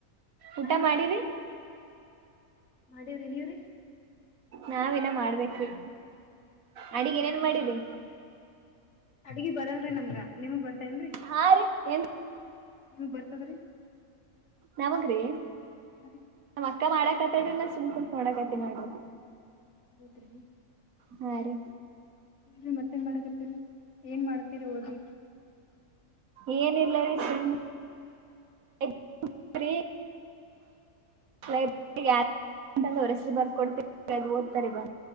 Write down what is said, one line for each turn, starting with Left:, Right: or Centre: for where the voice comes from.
Right: ಊಟ
Left: ಹಾ ರೀ
Right: ಮಾಡಿರಿ
Left: ಮಾಡೇವ್ರಿ ನೀವ್ರಿ
Right: ನಾವಿನ ಮಾಡ್ಬೇಕ್ರಿ ಅಡಿಗ್ ಏನೇನ್
Left: ಹೌದರಿ
Right: ಮಾಡಿರಿ
Left: ಅಡ್ಗಿ ಬರಲ್ರಿ ನಮ್ಗ ನಿಮಗ್ ಬರ್ತಾನ್ರಿ
Right: ಹಾ ರೀ ಏನ್
Left: ನಿಮಗ್ ಬರ್ತದ್ರಿ
Right: ಯಾವಾಗ್ರಿ
Left: ಹಾ ರೀ
Right: ನಮ್ ಅಕ್ಕ ಮಾಡಕತಡ್ರಿ ನ ಸುಮ್ ಕುಂತು ನೋಡಕ್ತೀನಿ ನೋಡ್ರಿ
Left: ಹೌದ್ರಿ
Right: ಹಾ ರೀ
Left: ಇಲ್ರಿ ಮತ್ತೇನ್ ಮಾಡಕತ್ತರಿ ಏನ್ ಮಾಡತಿರಿ ಓದಿ
Right: ಏನಿಲ್ಲ ರೀ ಸುಮ್ ಇಲ್ಲ ರಿ ಲಿಬ್ ಯಾರು ಅಂತಂದ ಅವ್ರ ಹೆಸರು ಬರ್ ಕೊಡ್ತೀವಿ ಹೋಗ್ತಾರ ಬನ್